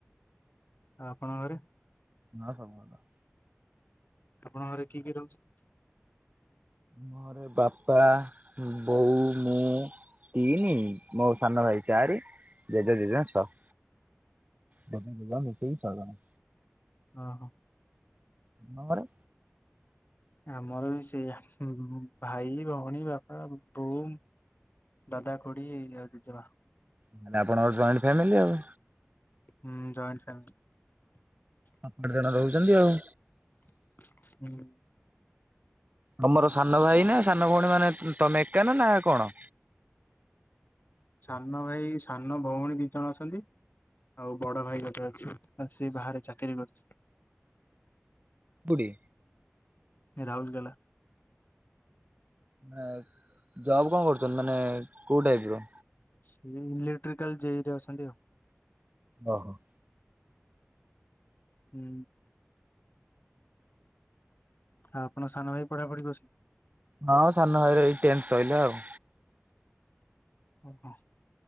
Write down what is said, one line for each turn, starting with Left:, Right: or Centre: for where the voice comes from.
Left: ଆପଣଙ୍କ ଘରେ।
Right: ନାଁ ସବୁ ଭଲ।
Left: ଆପଣଙ୍କ ଘରେ କିଏ କିଏ ରହୁଛି।
Right: ମୋର ବାପା, ବୋଉ ମୁଁ। ତିନି ମୋ ସାନ ଭାଇ ଚାରି ଜେଜେ, ଜେଜେମା ଛଅ। ଜେଜେ, ଜେଜେମା ମିଶେଇ ଛଅ ଜଣ।
Left: ହଁ ହୋ।
Right: ତମର।
Left: ଆମର ବି ସେୟା ଭାଇ, ଭଉଣୀ, ବାପା, ବୋଉ। ଦାଦା, ଖୁଡି ଆଉ ଜେଜେମା।
Right: ମାନେ ଆପଣଙ୍କର ଜଏଣ୍ଟ ଫ୍ୟାମିଲି ଆଉ।
Left: ହୁଁ ଜଏଣ୍ଟ ଫ୍ୟାମିଲି।
Right: ପାଞ୍ଚ ଠି ଜଣ ରହୁଛନ୍ତି ଆଉ।
Left: ହୁଁ।
Right: ତମର ସାନ ଭାଇ ନା ସାନ ଭଉଣୀ ମାନେ ତମେ ଏକା ନା କଣ?
Left: ସାନ ଭାଇ ସାନ ଭଉଣୀ ଦି ଜଣ ଅଛନ୍ତି। ଆଉ ବଡ ଭାଇ ଗୋଟେ ଅଛି ସେ ବାହାରେ ଚାକିରି କରୁଛି।
Right: କୋଉଠି?
Left: ରାଉଲୁକେଲା।
Right: ମ ଜବ କଣ କରୁଛନ୍ତି ମାନେ କୋଉ ଟାଇପ ର?
Left: ସେ ଇଲେକ୍ଟ୍ରିକାଲ ଜେଇ ରେ ଅଛନ୍ତି ଆଉ।
Right: ଓହୋ।
Left: ହୁଁ। ଆଉ ଆପଣ ସାନ ଭାଇ ପଢାପଢି କର
Right: ହଁ ସାନ ଭାଇର ଏଇ ଟେଣ୍ଟ ସହିଲା ଆଉ।
Left: ଓ ହ।